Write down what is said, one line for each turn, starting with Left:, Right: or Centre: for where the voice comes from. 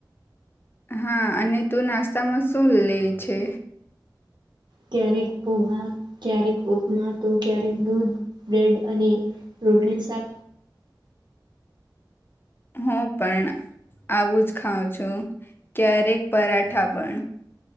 Left: હા અને તું નાસ્તામાં શું લે છે
Right: ક્યારેક પોહા ક્યારેક ઉપમા તો ક્યારેક દૂધ બ્રેડ અને રોટલી શાક
Left: હું પણ આવું જ ખાઉં છું ક્યારેક પરાઠા પણ